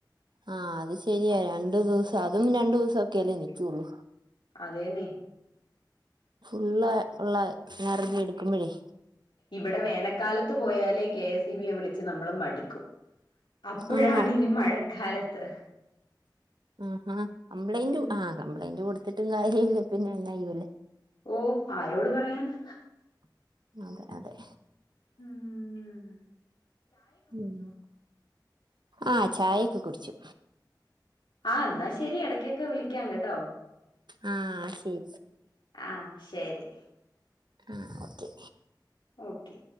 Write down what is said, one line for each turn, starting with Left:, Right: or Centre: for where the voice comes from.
Right: ആ അത് ശെരിയാ രണ്ട് ദിവസം അതും രണ്ട് ദിവസൊക്കേല്ലേ നിക്കോള്ളൂ
Left: അതേന്നെ
Right: ഫുള്ളാ ഉള്ള ചാർജെടട്ക്കുമ്പഴേ
Left: ഇവിടെ വേനക്കാലത്ത് പോയാലേ കെ എസ് ഇ ബി യെ വിളിച്ച് നമ്മള് മടുക്കും അപ്പഴാണ്
Right: ആണോ
Left: ഇനി മഴക്കാലത്ത്
Right: ആ ആഹ് കംപ്ലൈന്റു
Left: ഉം.
Right: ആഹ് കംപ്ലൈന്റ് കൊട് ടുത്തിട്ടും കാര്യല്ല പിന്നെ എന്നാ ചെയ്യൂല്ലേ
Left: ഓ ആരോട് പറയാനാ.
Right: അതെ അതെ
Left: മ്മ്
Right: മ്മ് ആഹ് ചായ്‌ ക്കെ കുടിച്ചു
Left: ആഹ് എന്നാ ശെരി എട ക്കൊക്കെ വിളിക്കാം കേട്ടോ
Right: ആ ശരി
Left: ആഹ് ശെരി
Right: ആഹ് ഓക്കെ
Left: ഓക്കെ